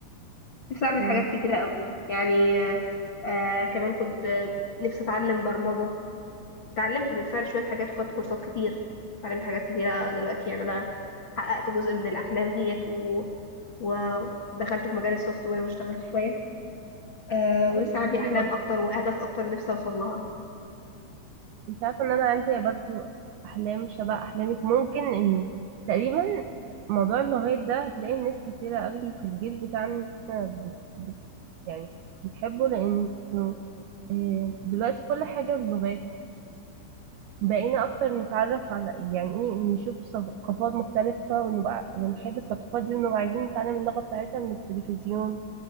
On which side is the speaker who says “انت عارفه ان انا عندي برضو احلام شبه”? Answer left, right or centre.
Right